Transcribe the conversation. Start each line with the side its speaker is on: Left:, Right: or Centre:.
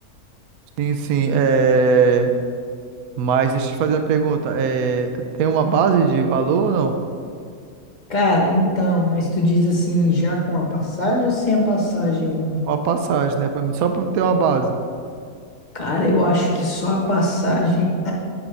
Right: Sim, sim, é, mas deixa eu te fazer uma pergunta. É, tem uma base de valor ou não?
Left: Cara, então, mas tu diz assim, já com a passagem ou sem a passagem, mano?
Right: Qual a passagem, né, Pra mim, só pra me ter uma base.
Left: Cara, eu acho que só a passagem